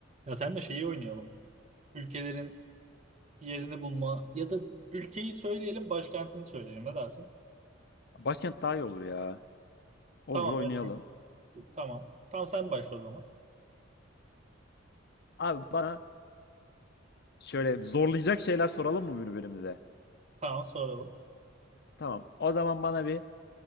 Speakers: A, on the right; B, on the left.
A: Ya sen de şeyi oynayalım. Ülkelerin yerini bulma ya da ülkeyi söyleyelim, başkentini söyleyelim. Ne dersin?
B: Başkent daha iyi olur ya. Olur
A: Tamam
B: oynayalım.
A: hadi. ül- Tamam. Tamam sen başla o zaman.
B: Abi bana şöyle zorlayacak şeyler soralım mı birbirimize?
A: Tamam soralım.
B: Tamam. O zaman bana bir